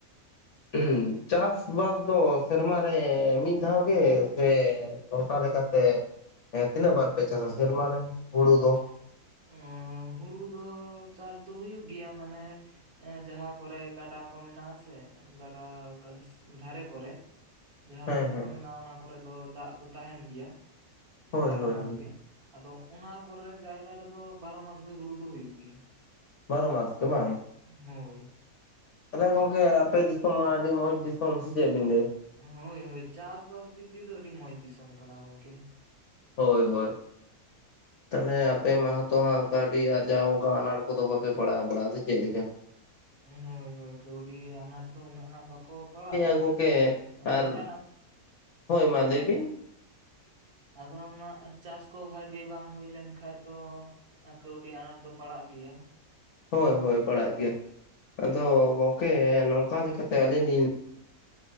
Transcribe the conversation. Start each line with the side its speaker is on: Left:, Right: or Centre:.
Left: <inaudible> ᱪᱟᱥ ᱵᱟᱥ ᱫᱚ ᱥᱮᱨᱢᱟ ᱨᱮ ᱢᱤᱫ ᱫᱷᱟᱣ ᱜᱮ ᱥᱮ ᱱᱚᱝᱠᱟ ᱞᱮᱠᱟᱛᱮ <inaudible> ᱛᱤᱱᱟᱹᱜ ᱵᱟᱨ ᱯᱮ ᱪᱟᱥᱟ ᱥᱮᱨᱢᱟ ᱨᱮ ᱦᱩᱲᱩ ᱫᱚ?
Right: <inaudible> ᱚᱸ ᱦᱩᱲᱩ ᱫᱚ ᱪᱟᱥ ᱫᱚ ᱦᱩᱭᱩᱜ ᱜᱮᱭᱟ ᱢᱟᱱᱮ ᱮ ᱡᱟᱦᱟᱸ ᱠᱚᱨᱮ ᱜᱟᱰᱟ ᱠᱚ ᱢᱮᱱᱟᱜ ᱟᱥᱮ ᱜᱟᱰᱟ ᱫᱷᱟᱨᱮ ᱠᱚᱨᱮ ᱾ ᱡᱟᱦᱟᱸ
Left: ᱦᱮᱸ
Right: ᱵᱟᱹᱫᱽ
Left: ᱦᱮᱸ
Right: ᱠᱚ ᱢᱮᱱᱟᱜ-ᱟ ᱚᱱᱟ ᱠᱚᱨᱮ ᱫᱚ ᱫᱟᱜ ᱫᱚ ᱛᱟᱦᱮᱱ ᱜᱮᱭᱟ
Left: ᱦᱳᱭ
Right: ᱵᱟᱨᱚ
Left: ᱦᱳᱭ
Right: ᱢᱟᱥ
Left: ᱦᱳᱭ
Right: ᱜᱮ ᱾ ᱟᱫᱚ ᱚᱱᱟ ᱠᱚᱨᱮ ᱡᱟᱭᱜᱟ ᱨᱮᱫᱚ ᱵᱟᱨᱚ ᱢᱟᱥ ᱜᱮ ᱦᱩᱲᱩ ᱫᱚ ᱦᱩᱭᱩᱜ ᱜᱮᱭᱟ ᱾
Left: ᱵᱟᱨᱚ ᱢᱟᱥ ᱜᱮ ᱵᱟᱝ?
Right: ᱦᱳᱭ ᱾
Left: ᱛᱟᱦᱞᱮ ᱜᱚᱝᱠᱮ ᱟᱯᱮ ᱫᱤᱥᱚᱢ ᱢᱟ ᱟᱹᱰᱤ ᱢᱚᱸᱡᱽ ᱫᱤᱥᱚᱢ ᱥᱮ ᱪᱮᱫ ᱵᱤᱱ ᱞᱟᱹᱭᱟ ᱾
Right: ᱦᱳᱭ ᱦᱳᱭ ᱪᱟᱥᱵᱟᱥ ᱫᱤᱠ ᱫᱤᱭᱮ ᱫᱚ ᱟᱹᱰᱤ ᱢᱚᱸᱡᱽ ᱫᱤᱥᱚᱢ ᱠᱟᱱᱟ ᱜᱚᱝᱠᱮ ᱾
Left: ᱦᱳᱭ ᱦᱳᱭ ᱾ <inaudible> ᱛᱟᱦᱞᱮ ᱟ ᱯᱮ ᱢᱟ ᱦᱚ ᱛᱚ ᱦᱟᱸᱜ ᱠᱟᱹᱣᱰᱤ ᱟᱨᱡᱟᱣ ᱚᱱᱠᱟ ᱟᱱᱟᱴ ᱠᱚᱫᱚ ᱵᱟᱯᱮ ᱯᱟᱲᱟᱣ ᱵᱟᱲᱟᱜ-ᱟ ᱥᱮ ᱪᱮᱫ ᱞᱮᱠᱟ?
Right: ᱦᱳᱭ ᱦᱳᱭ ᱠᱟᱹᱣᱰᱤ ᱟᱱᱟᱴ ᱫᱚ ᱩᱱᱟᱹᱜ ᱦᱟᱸᱜ ᱵᱟᱠᱚ ᱯᱟᱲᱟᱜ-ᱟ
Left: ᱦᱮᱸᱭᱟ ᱜᱚᱝᱠᱮ
Right: ᱾ <inaudible>
Left: ᱟᱨ
Right: ᱢᱮᱱᱠᱷᱟᱱ
Left: ᱦᱳᱭ ᱢᱟ ᱞᱟᱹᱭ ᱵᱤᱱ ᱾
Right: ᱟᱫᱚ ᱢᱟᱜ ᱪᱟᱥ ᱠᱚ ᱵᱷᱟᱜᱤ ᱵᱟᱝ ᱦᱩᱭ ᱞᱮᱱᱠᱷᱟᱡ ᱫᱚ ᱟ ᱠᱟᱹᱣᱰᱤ ᱟᱱᱟᱴ ᱫᱚ ᱯᱟᱲᱟᱜ ᱜᱮᱭᱟ ᱾
Left: ᱦᱳᱭ ᱦᱳᱭ ᱯᱟᱲᱟᱜ ᱜᱮᱭᱟ ᱾ <inaudible> ᱟᱫᱚ ᱜᱚᱝᱠᱮ ᱱᱚᱝᱠᱟ ᱞᱮᱠᱟᱛᱮ ᱟᱹᱞᱤᱧ ᱞᱤᱧ